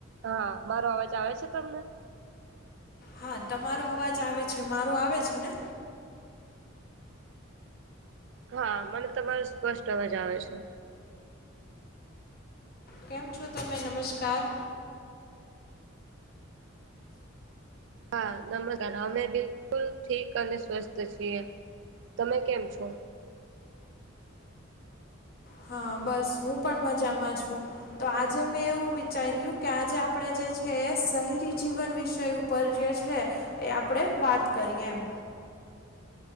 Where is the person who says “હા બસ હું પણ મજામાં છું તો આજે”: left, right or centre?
Left